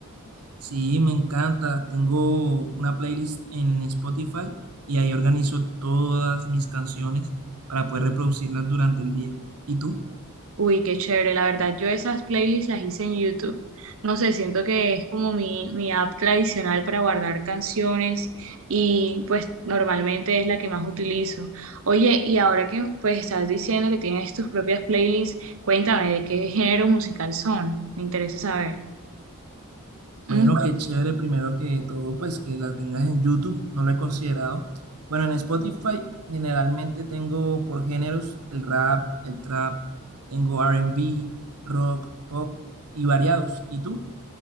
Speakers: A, on the right; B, on the right.
A: Sí, me encanta. Tengo una playlist en Spotify y ahí organizo todas mis canciones para poder reproducirlas durante el día. ¿Y tú?
B: Uy, qué chévere, la verdad, yo esas playlists las hice en YouTube. No sé, siento que es como mi, mi app tradicional para guardar canciones y pues normalmente es la que más utilizo. Oye, y ahora que pues estás diciendo que tienes tus propias playlists, cuéntame de qué género musical son, me interesa saber.
A: Bueno,
B: ¿Mm?
A: qué chévere. Primero que todo, pues que la tengas en YouTube. No lo he considerado. Bueno, en Spotify generalmente tengo por géneros el rap, el trap, tengo R&B, rock, pop y variados. ¿Y tú?